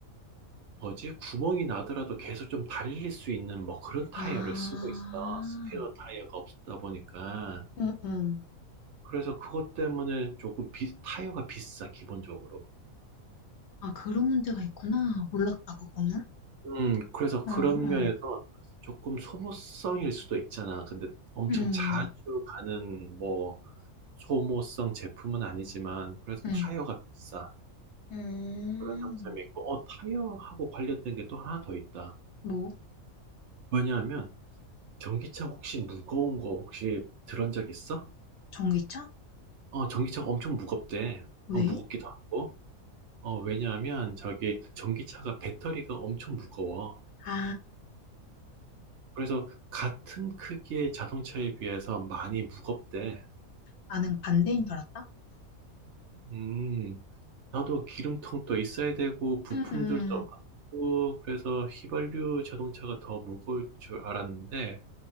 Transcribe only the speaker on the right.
뭐지? 구멍이 나더라도 계속 좀 달릴 수 있는 뭐 그런 타이어를
쓰고 있어. 스페어 타이어가 없다 보니까.
그래서 그것 때문에 조금 비, 타이어가 비싸, 기본적으로.
음, 그래서 그런
면에서 조금 소모성일 수도 있잖아. 근데 엄청
자주 가는 뭐 소모성 제품은 아니지만 그래서
타이어가 비싸.
그런 장점이 있고, 어, 타이어하고 관련된 게 또 하나 더 있다.
왜냐하면, 전기차 혹시 무거운 거 혹시 들은 적 있어?
어, 전기차가 엄청 무겁대.
어, 무겁기도 하고. 어, 왜냐하면, 저기, 전기차가 배터리가 엄청 무거워.
그래서, 같은 크기의 자동차에 비해서 많이 무겁대.
음, 나도 기름통도 있어야 되고, 부품들도
많고, 그래서 휘발유 자동차가 더 무거울 줄 알았는데,